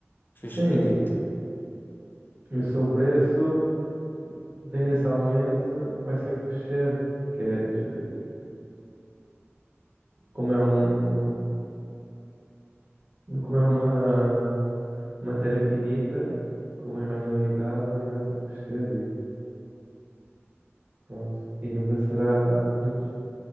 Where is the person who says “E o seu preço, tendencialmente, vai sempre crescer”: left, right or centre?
Right